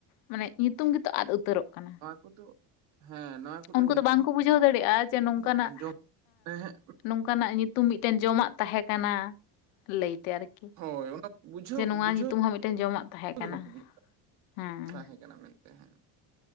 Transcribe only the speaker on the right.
ᱩᱱᱠᱩ ᱫᱚ ᱦᱮᱸ ᱱᱚᱣᱟ ᱠᱚᱫᱚ
ᱧᱩᱛᱩᱢ
ᱫᱚ ᱟᱸᱡᱚᱢ ᱦᱮᱸ
ᱦᱳᱭ ᱚᱱᱟ ᱵᱩᱡᱷᱟᱹᱣ
ᱵᱩᱡᱷᱟᱹᱣ
ᱵᱟᱠᱚ ᱵᱩᱡᱷᱟᱹᱣ
ᱛᱟᱦᱮᱸ ᱠᱟᱱᱟ ᱢᱮᱱᱛᱮ ᱦᱮᱸ